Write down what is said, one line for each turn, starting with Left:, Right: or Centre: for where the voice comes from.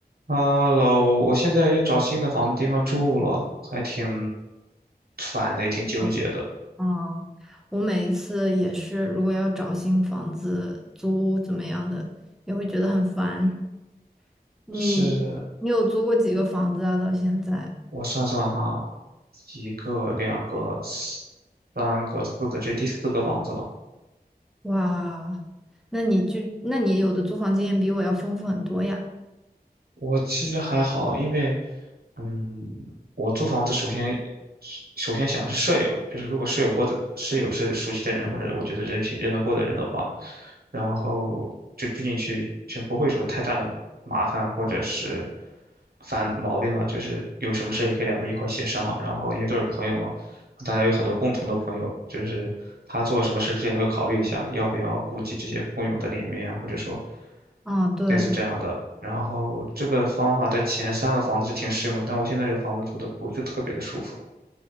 Right: h e 我现在要找新的房子地方住了，还挺烦的，也挺纠结的。
Centre: 嗯，啊，我每一次也是，如果要找新房子租怎么样的，也会觉得很烦。你
Right: 是
Centre: 你有租过几个房子啊？到现在，
Right: 我算算哈，一个、两个、三个、四个，这是第四个房子了。
Centre: 哇，那你就那你有的租房经验比我要丰富很多呀。
Right: 我其实还好，因为，嗯，我租房子首先首先想的是舍友，就是如果舍友过的舍友是熟悉的人，或者我觉得人品认得过的人的话，然后就住进去就不会有什么太大的麻烦或者是烦毛病嘛，就是有什么事也可以两个人一块儿协商，然后因为都是朋友嘛，大家有很多共同的朋友，就是他做什么事之前也会考虑一下，要不要顾及这些工友的脸面，或者说
Centre: 啊，对，
Right: 类似这样的。然后这个方法在前三个房子是挺适用的，但我现在这个房子住的不是特别的舒服，